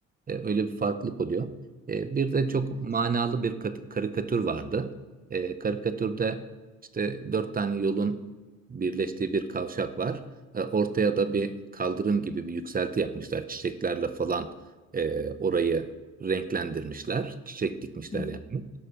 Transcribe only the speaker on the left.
Evet.
Hı hı.